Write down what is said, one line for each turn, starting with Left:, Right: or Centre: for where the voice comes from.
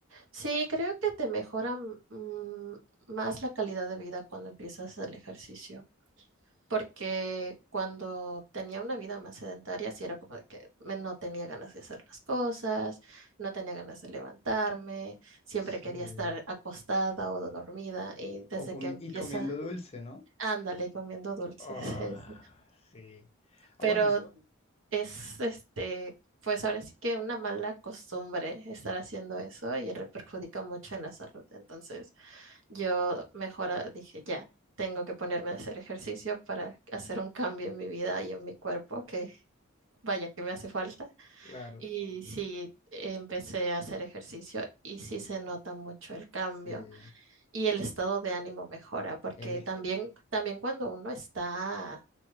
Right: Sí, creo que te mejora mm, más la calidad de vida cuando empiezas el ejercicio. porque cuando tenía una vida más sedentaria, sí era como de que me- no tenía ganas de hacer las cosas, no tenía ganas de levantarme, siempre
Left: sí.
Right: quería estar acostada o dormida y desde
Left: O comi-
Right: que empieza,
Left: y comiendo dulce, ¿no?
Right: ándale comiendo dulces.
Left: Ah,
Right: <laughs> es-
Left: sí. Ah,
Right: Pero
Left: bueno, es-
Right: es este, pues ahora sí que una mala costumbre estar haciendo eso y le perjudica mucho en la salud. Entonces... Yo mejor ah, dije, ya, tengo que ponerme a hacer ejercicio para hacer un cambio en mi vida y en mi cuerpo, que vaya que me hace falta.
Left: claro,
Right: Y sí, empecé a hacer ejercicio y sí se nota mucho el cambio
Left: sí.
Right: y el estado de ánimo mejora, porque
Left: Él es,
Right: también, también cuando uno está,